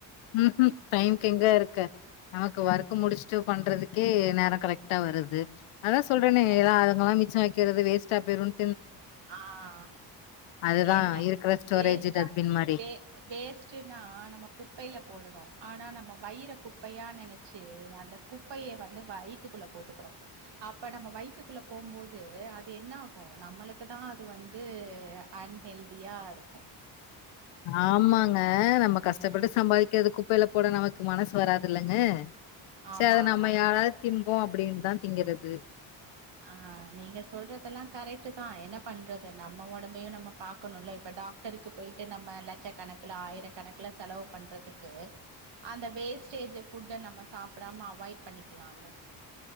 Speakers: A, on the left (about 75°); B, on the right (about 60°).
A: ம்ஹும் டைமுக்கு எங்க இருக்க நமக்கு ஒர்க் முடிச்சுட்டு பண்றதுக்கே நேரோ கரெக்டா வருது அதான் சொல்றேனே <unintelligible> சமைக்கிறது வேஸ்டா போயிருனு
B: ஆஹ்
A: அதுதா
B: எங்க
A: இருக்கிற ஸ்டோரேஜ்
B: வேஸ்ட்டா
A: டஸ்பின் மாரி
B: வே வேஸ்ட்ன்னா நம்ம குப்பையில போடணு ஆனா நம்ம வய் யிற குப்பையா நெனைச்சு அந்த குப்பைய வந்து வயத்துக்குள்ள போட்டுக்கிறோ அப்ப நம்ம வயத்துக்குள்ள போம்போது அது என்ன ஆகு நம்மளுக் அப்பதா அது வந்து அன்ஹெல்தியா இருக்கும்
A: ஆமாங்க நம்ம கஷ்டப்பட்டு
B: ம்
A: சம்பாதிக்கிறதுக்கு ப்பில போட நமக்கு மனசு வராதுல்லங்க ச்ச
B: ஆமா
A: அத நம்ம
B: அதுவு
A: யாராது திம்போ அப்டின்னுதா திங்கறது
B: ஆஹ் நீங்க சொல்றதெல்லா கரெக்ட்தா என்ன பண்றது நம்ம ஒடம்பயு நம்ம பாக்கணும்ல இப்ப டாக்டருக்கு போயிட்டு நம்ம லட்ச கணக்குல ஆயிர கணக்குல செலவு பண்றதுக்கு அந்த வேஸ்டேஜ் ஃபுட்ட நம்ம சாப்பிடாம அவாய்ட் பண்ணிக்கலாம்ல